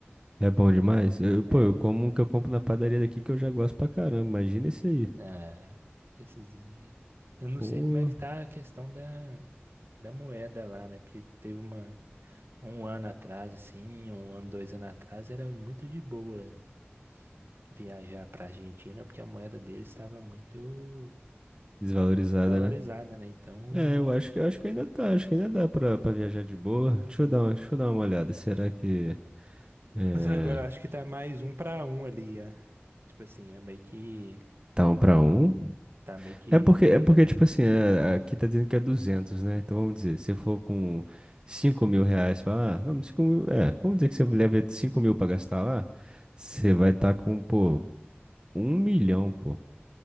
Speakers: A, on the right (about 20°); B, on the right (about 65°).
A: É bom demais. Eu, eu-
B: É.
A: pô, eu como o que eu compro na padaria daqui que eu já gosto pra caramba. Imagina esse aí.
B: Ah, esses aí. Eu não
A: Pô,
B: sei como é que tá a questão da, da moeda lá, né? Porque teve uma. Um ano atrás, assim, um ano, dois anos atrás, era muito de boa. viajar para a Argentina porque a moeda deles estava muito
A: desvalorizada,
B: desvalorizada,
A: né?
B: né? Então,
A: É, eu acho que eu acho que ainda tá, acho que ainda dá pra, pra viajar de boa. Deixa eu dar uma, deixa eu dar uma olhada. Será que é,
B: mas agora acho que tá mais um para um ali, é. Tipo assim, é meio que
A: tá um pra um?
B: tá meio que
A: É porque, é porque, tipo assim, é- aqui tá dizendo que é 200, né? Então vamos dizer, se for com cinco mil reais, fala, ah, não, 5 mil, é, vamos dizer que você leva cinco mil pra gastar lá, você vai estar com, pô, um milhão, pô,